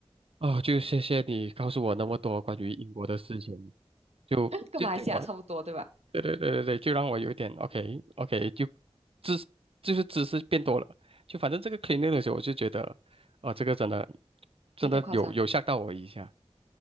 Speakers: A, on the right; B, on the right.
A: 哦，就谢谢你告诉我那么多关于英国的事情。就这点，
B: 跟马来西亚差不多，对吧？
A: 对对对对对，就让我有点 OK OK，就知就是知识变多了，就反正这个 cleaning 的时候，我就觉得，哦、这个真的真的有有吓到我一下。
B: 有点夸张，